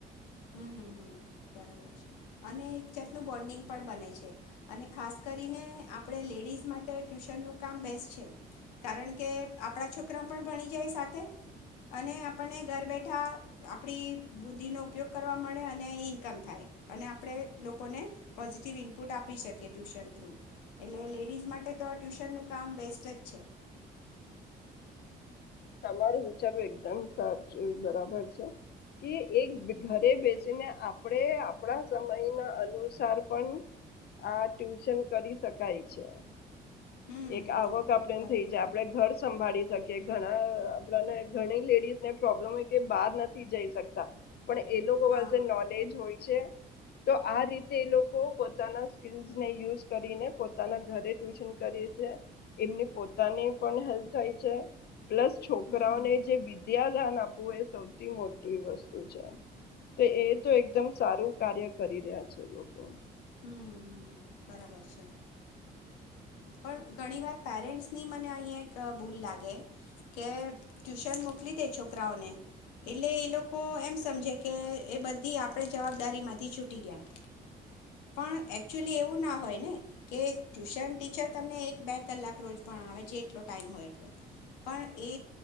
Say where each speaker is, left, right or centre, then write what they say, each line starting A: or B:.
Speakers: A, on the left; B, on the left.
A: હમ્મ-હમ્મ. બરાબર છે. અને એક જાતનું બોન્ડિંગ પણ બને છે, અને ખાસ કરીને આપણે લેડીઝ માટે ટ્યુશનનું કામ બેસ્ટ છે, કારણ કે આપણા છોકરા પણ ભણી જાય સાથે, અને આપણને ઘર બેઠા આપડી બુદ્ધિ નો ઉપયોગ કરવા મળે, અને એ ઈન્કમ થાય. અને આપણે લોકોને પોઝિટિવ ઈનપુટ આપી શકીએ ટ્યુશન થ્રુ. એટલે લેડીઝ માટે તો આ ટ્યુશનનું કામ બેસ્ટ જ છે.
B: તમારું વિચારવું એકદમ સાચું, બરાબર છે, કે એક ઘરે બેસીને આપણે આપણા સમય ના અનુસાર પણ આ ટ્યુશન કરી શકાય છે.
A: હમ
B: એક આવક આપડે એમ
A: બરાબર
B: થઇ જાય, આપડે ઘર સંભાળી છે કે ઘણા અહ આપણાને ઘણી લેડીઝ ને પ્રોબ્લેમ હોય કે બહાર નથી જઈ શકતા. પણ એ લોકો
A: હા
B: પાસે નોલેજ હોય છે, તો આ રીતે એ લોકો પોતાના સ્કીલ્સને યુઝ કરીને પોતાના ઘરે ટ્યુશન કરીએ છે, એમની પોતાને પણ હેલ્પ થાય છે, પ્લસ છોકરાઓને
A: હમ
B: જે વિદ્યા ધ્યાન આપવું એ સૌથી મોટી વસ્તુ છે. તે એતો એકદમ સારું કાર્ય કરી રહ્યા છે. એ લોકો.
A: હમ્મ, બરાબર છે, પણ ઘણી વાર પેરેસની મને અહં એક ભૂલ લાગે, કે ટુશન મોકલી દે છોકરાઓને એટલે એ લોકો એમ સમજે કે એ બધી આપ જવાબદારી માંથી છૂટી ગયા. પણ એકચુલી એવું ના હોય ને કે ટ્યુશન ટીચર તમને એક બે કલાક રોજ ભાવ જેટલો ટાઈમ હોય એટલો, પણ એ